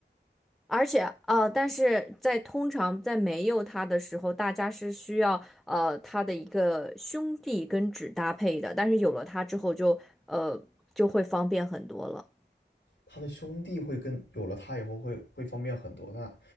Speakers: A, in the centre; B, on the left.
A: 而且呃，但是在通常在没有它的时候，大家是需要呃它的一个兄弟跟纸搭配的，但是有了它之后就呃就会方便很多了。
B: 他的兄弟会跟有了他以后会会方便很多。那